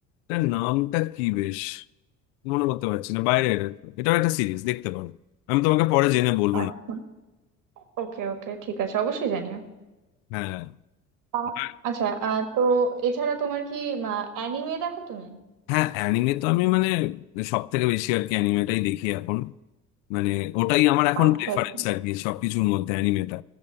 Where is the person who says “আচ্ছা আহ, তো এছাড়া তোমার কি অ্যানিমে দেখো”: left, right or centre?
Right